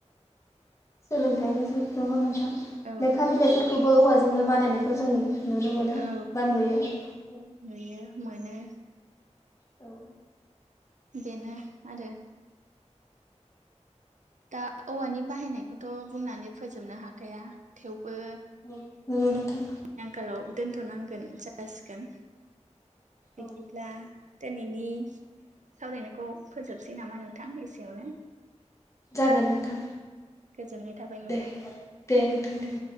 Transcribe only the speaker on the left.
सोलोंथाइनि जुग नंगौ नोंथां।
लेखा बिलाइफोरखौबो औवाजोंनो बानायनायखौ जों नुनो मोनो
बा नुयो औ
औ
नंगौ नोंथां।
औ
जागोन नोंथां
दे दे नोंथां दे।